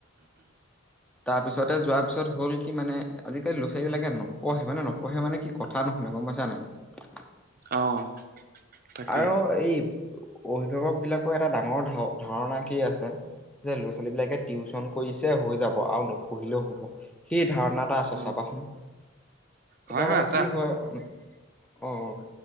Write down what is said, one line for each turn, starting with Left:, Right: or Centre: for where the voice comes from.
Centre: তাৰ পিছতে যোৱাৰ পিছত হ'ল কি মানে আজিকালি ল'ৰা, ছোৱালীবিলে নপঢ়ে মানে নপঢ়ে মানে কি কথা নুশুনে গ'ম পাইছা নাই। নপহে <inaudible>
Right: অ'। তাকে
Centre: আৰু এই অভিভাৱক বিলাকৰ এটা ডাঙৰ ধা-ধাৰণা কি আছে। ল'ৰা, ছোৱালী বিলাকে টিউচন কৰিছে হৈ যাব আৰু নপঢ়িলেও হ'ব সেই ধাৰণাত আছে
Right: অ
Centre: চাবা সোণ,
Right: হয়
Centre: এতিয়া
Right: হয়
Centre: মানে
Right: আছা
Centre: কি হয় উম। অ', অ',